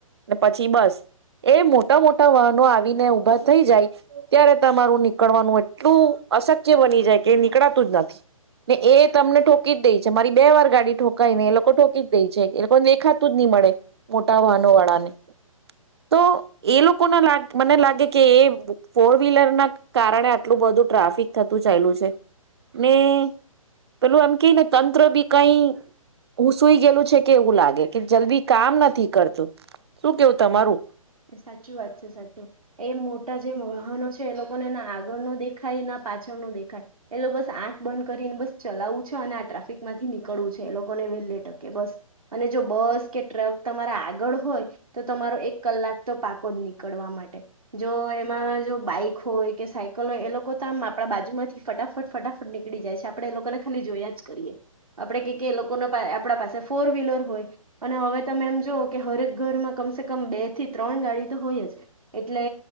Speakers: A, on the right (about 45°); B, on the right (about 75°).
A: પછી બસ, એ મોટા મોટા વાહનો આવીને ઉભા થઈ જાય, ત્યારે તમારું નીકળવાનું એટલું અશક્ય બની જાય કે નીકળાતું જ નથી, ને એ તમને ઠોકી જ દે છે મારી બે વાર ગાડી ઠોકાયને એ લોકો ઠોકી જ દે છે એ લોકો દેખાતું જ નહી, મળે મોટા વાહનો વાળાને, તો એ લોક લોકો મને લાગે કે એ ફોર વ્હીલર ના કારણે આટલું બધું ટ્રાફિક થતું ચયલું છે, ને પેલું એમ કે ને તંત્ર બી કઈ ઘુસઈ ગયેલું છે કે એવું લાગે કે જલ્દી કામ નથી કરતું, શું કેવું તમારું?
B: સાચી વાત છે સાચી, એ જે વાહનો છે એ લોકોને ના આગળ નો દેખાય ના પાછળ નો દેખાય, એ લોકો બસ આંખ બંધ કરીને બસ ચલાવું છે અને આ ટ્રાફિક માંથી નીકળવું છે એ લોકોને વહેલે ટકે બસ, અને જો બસ કે ટ્રક તમારા આગળ હોય, તો તમારો એક કલાક તો પાકો જ નીકળવા માટે, જો એમાં જો બાઈક હોય કે સાયકલ હોય એ લોકો તો આમ આપણા બાજુમાંથી ફટાફટ ફટાફટ નીકળી જાય છે આપડે એ લોકોને ખાલી જોયા જ કરીએ, આપડે કે એ લોકો આપ પાસે ફોર વ્લર હોય, અને હવે તમે એમ જો કે હરેક ઘરમાં કમસે કમ બે ત્રણ ગાડી તો હોય જ, એટલે